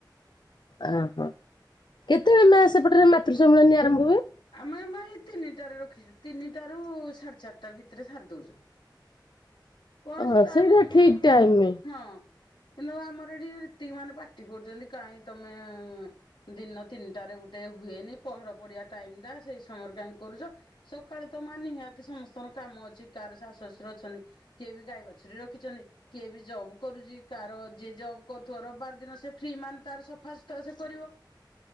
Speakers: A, on the left; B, on the left.
A: ଓହୋ କେତେବେଳେ ମା ସେପଟରେ ମାତୃ ସମ୍ମିଳନୀ ଆରମ୍ଭ ହୁଏ?
B: ଆମେ ମା ଏଇ ତିନିଟାରେ ରଖିଛୁ ତିନିଟା ରୁ ସାଢେ ଚାରିଟା ଭିତରେ ସାରି ଦଉଛୁ। ପହଞ୍ଚି
A: ହଁ
B: ତା
A: ସେଇଟା
B: ଭିତରେ
A: ଠିକ ଟାଇମ
B: ହଁ। କିନ୍ତୁ ଆମର ଏଠି ରୀତିକ୍ ମାନେ ପାଟି କରୁଛନ୍ତି କାହିଁ ତ <unintelligible> ଦିନ ତିନିଟାରେ ଗୋଟେ ହୁଏନି ପହଡ ପଡିଆ ସେଇ ସମୟରେ କାହିଁ କରୁଛ ସକାଳେ ତ ମାନି ନିିହାତି ସମସ୍ତଙ୍କର କାମ ଅଛି କାହାର ଶାଶୁ ଶାଶୁର ଅଛନ୍ତି କିଏ ବି ଗାଈ ବାଛୁରୀ ରଖିଛନ୍ତି କିଏ ବି ଜବ୍ କରୁଛି କାହାର ଯିଏ ଜବ୍ କରୁଥିବ ରବିବାର ଦିନ ସେ ଫ୍ରି ମାନେ ତାର ସଫା ସୁତୁରା ସେ କରିବ